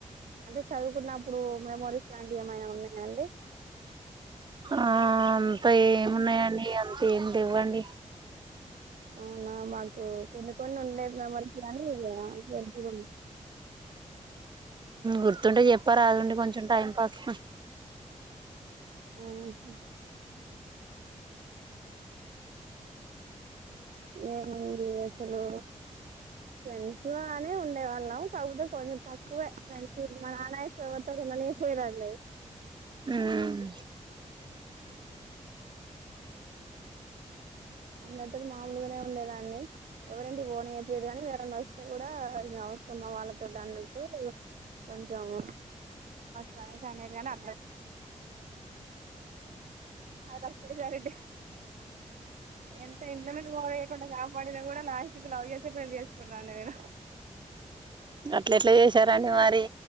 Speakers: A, on the right (about 75°); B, on the right (about 35°).
A: అంటే చదువుకున్నప్పుడు మెమోరీస్ లాంటివి ఏమైనా ఉన్నాయా అండి
B: ఆ అంత ఏమున్నాయం అంత ఏం లేవండి
A: అవునా మాకు కొన్ని కొన్ని ఉండే మెమరీస్ గానీ <inaudible>
B: గుర్తుంటే చెప్పా రాదండి కొంచెం టైం పాస్
A: ఊ హు ఏముంది అసలు ఫ్రెండ్స్ లానే ఉండే వాళ్ళం కాకపోతే కొంచెం తక్కువే ఫ్రెండ్షిప్ మా నానాయవతోకునే పోయిళ్లే
B: ఉమ్
A: అందరితోటి మామలుగానే ఉండేదాన్ని ఎవరేంటి ఓన్ అయ్యపోయేది కానీ వేరనా వస్తే కూడా ఇ సమ్మ వాళ్ళతో అన్నట్టు కొంచెం గడ సషా అ ంటన్నామేనా అప్పడు చారి ఎంత ఇంటర్నేట్ పోడయకుండా కాపాడనా కూడా నా స్థతి లవ చేసే పెళ్లి చేస్త కొన్నాన్నదేడం
B: అట్లెట్లు చేసారడి మరి